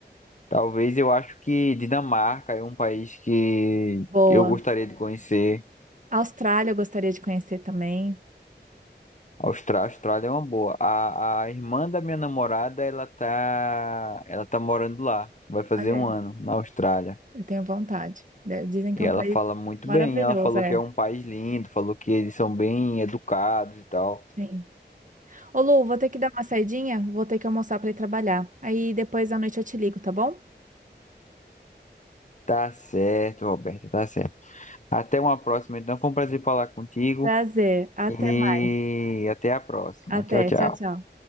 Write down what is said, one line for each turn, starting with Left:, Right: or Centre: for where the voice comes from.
Left: Talvez eu acho que Dinamarca é um país que
Right: Boa.
Left: eu gostaria de conhecer.
Right: Austrália eu gostaria de conhecer também.
Left: A Austra- a Austrália é uma boa. A, a irmã da minha namorada, ela tá, ela tá morando lá. Vai fazer
Right: Olha
Left: um
Right: aí.
Left: ano na Austrália.
Right: Eu tenho vontade. De- Dizem que
Left: E
Right: é um
Left: ela
Right: país
Left: fala muito
Right: maravilhoso,
Left: bem. Ela falou
Right: é.
Left: que é um país lindo, falou que eles são bem educados e tal.
Right: Sim. Ô, Lu, vou ter que dar uma saidinha, vou ter que almoçar para ir trabalhar. Aí depois da noite eu te ligo, tá bom?
Left: Tá certo, Roberta, tá certo. Até uma próxima, então. Foi um prazer falar contigo.
Right: Prazer. Até
Left: E
Right: mais.
Left: até a próxima.
Right: Até.
Left: Tchau, tchau.
Right: Tchau, tchau.